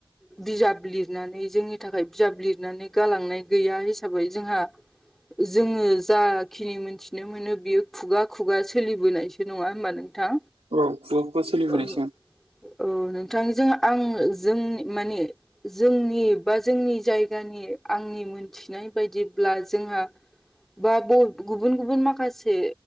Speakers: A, in the centre; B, on the right (about 80°).
A: बिजाब लिरनानै जोंनि थाखाय बिजाब लिरनानै गालांनाय गैया हिसाबै जोंहा जोङो जाखिनि मोनथिनो मोनो बियो खुगा खुगा सोलिबोनायसो नङा होमबा नों थां
B: औ खुगा खुगा सोलिबोनायसो
A: ओ औ नोंथां जों आं जोंनि माने जोंनि बा जोंनि जायगानि आंनि मोनथिनाय बायदिब्ला जोंहा बा गुबुन गुबुन माखासे